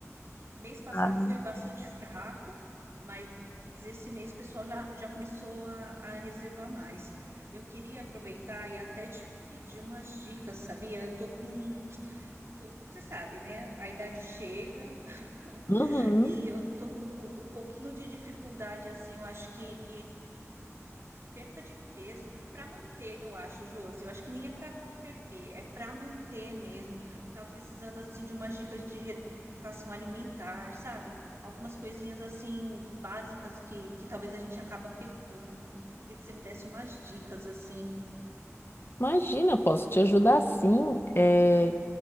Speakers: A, on the right (about 55°); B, on the left (about 45°).
A: Mês passado
B: Ah.
A: foi bastante fraco, mas esse mês o pessoal já, já começou a, a reservar mais. Eu queria aproveitar e até te pedir umas dicas, sabia? Eu tô com, tô- você sabe, né? A idade chega <laughs>
B: Uhum.
A: e eu tô com um, po- um pouquinho de dificuldade, assim, eu acho que Perca de peso para manter, eu acho, Josi. Eu acho que nem é para perder, é para manter mesmo. Tava precisando assim de umas dicas de reeducação alimentar, sabe? Algumas coisinhas assim básicas que, que talvez a gente acaba pecando. Queria que você me desse umas dicas assim.
B: Imagina, posso te ajudar sim. É,